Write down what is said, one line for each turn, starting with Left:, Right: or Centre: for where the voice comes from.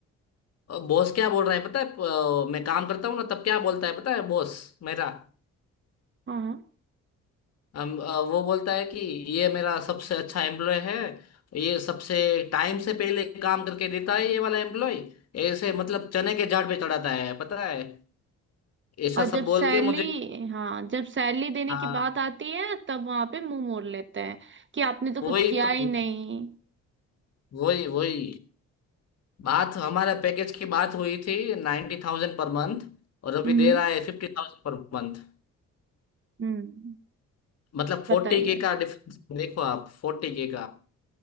Left: बॉस क्या बोल रहा है पता है अ, मैं काम करता हूँ ना तब क्या बोलता है पता है बॉस मेरा
Right: हाँ
Left: हम अ, वो बोलता है कि ये मेरा सबसे अच्छा एम्प्लॉय है ये सबसे टाइम से पहले काम करके देता है ये वाला एम्प्लॉय ऐसे मतलब चने के झाड़ पे चढ़ाता है पता है ऐसा
Right: और जब
Left: सब बोल
Right: सैलरी
Left: के मुझे
Right: हाँ जब सैलरी देने
Left: हाँ।
Right: की बात आती है तब वहां पे मुंह मोड़ लेते हैं कि आपने तो कुछ
Left: वही
Right: किया
Left: तो
Right: ही नहीं
Left: वही वही बात हमारा पैकेज की बात हुई थी नाइन्टी थाउजेंड पर मंथ और अभी
Right: हम्म
Left: दे रहा है फिफ्टी थाउजेंड पर मंथ
Right: हम्म
Left: मतलब फोर्टी
Right: बताइए
Left: के का डिफरेंस देखो आप फोर्टी के का